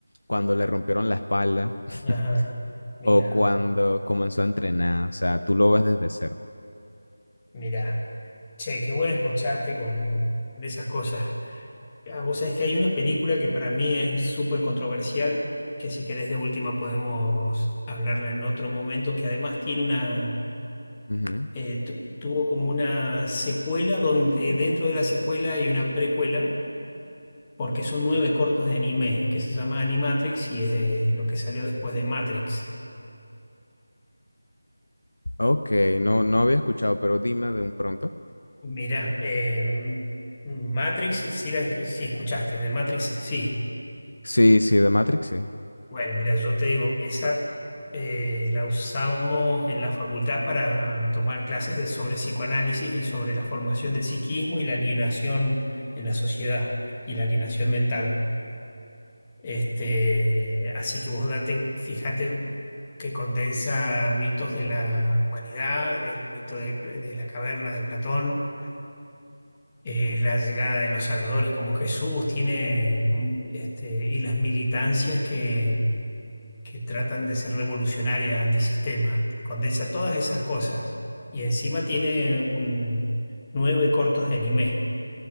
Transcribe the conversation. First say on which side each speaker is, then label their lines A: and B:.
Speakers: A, on the left (about 70°); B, on the left (about 20°).
A: cuando le rompieron la espalda. <laughs>
B: Ajá. Mira,
A: o cuando comenzó a entrenar, o sea, tú lo ves desde cero.
B: mira. Che, qué bueno escucharte con con esas cosas. Ah, Vos sabés que hay una película que para mí es súper controversial, que si querés de última podemos hablarla en otro momento, que además tiene una
A: Ujú.
B: eh, tu- tuvo como una secuela donde dentro de la secuela hay una precuela, porque son nueve cortos de anime, que se llama Animatrix y es de lo que salió después de Matrix.
A: Ok, no, no había escuchado, pero dime de un pronto.
B: Mirá, eh, Matrix, sí, la- sí escuchaste, de Matrix, sí.
A: Sí, sí, de Matrix, sí.
B: Bueno, mira, yo te digo, esa eh, la usamos en la facultad para tomar clases de, sobre psicoanálisis y sobre la formación del psiquismo y la alienación en la sociedad y la alienación mental. Este, así que vos date, fíjate que condensa mitos de la humanidad, el mito de, Pla- de la caverna de Platón, eh, la llegada de los salvadores como Jesús, tiene un- este, y las militancias que, que tratan de ser revolucionarias, antisistema. Condensa todas esas cosas. Y encima tiene un, nueve cortos de anime